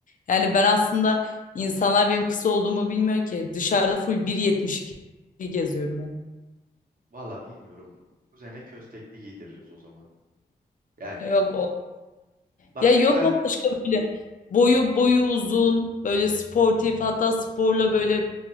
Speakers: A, on the left; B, on the right.
A: Yani ben aslında insanlar benim kısa olduğumu bilmiyor ki. Dışarıda full 1.72 geziyorum yani.
B: Valla bilmiyorum. Kuzene köstekli giydiririz o zaman. Yani
A: Yok o.
B: bak
A: Ya yok
B: kuzen
A: mu başka böyle boyu boyu uzun, böyle sportif hatta sporla böyle